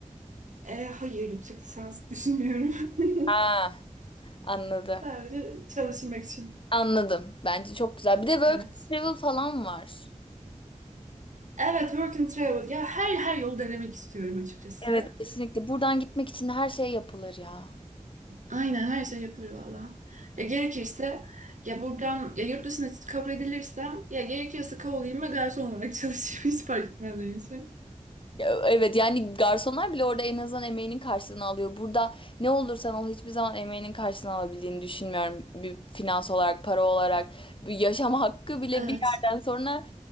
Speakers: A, on the right (about 70°); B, on the left (about 40°).
A: Ee, hayır yüksek lisans düşünmüyorum.
B: Ha,
A: <laughs>
B: anladım.
A: Sadece çalışmak için.
B: Anladım. Bence çok güzel. Bir de work
A: Evet.
B: and travel falan var.
A: Evet work and travel. Ya her her yol denemek istiyorum açıkçası.
B: Evet. Kesinlikle. Buradan gitmek için de her şey yapılır ya.
A: Aynen her şey yapılır valla. Ya gerekirse ya buradan ya yurt dışına kabul edilirsem ya gerekirse kovalayayım ve garson olarak çalışayım. <laughs> Hiç fark etmez benim için.
B: Ya, Evet yani garsonlar bile orada en azından emeğinin karşılığını alıyor. Burada ne olursan ol hiçbir zaman emeğinin karşılığını alabildiğini düşünmüyorum. Bir finans olarak, para olarak, bir yaşam hakkı bile
A: Evet.
B: bir yerden sonra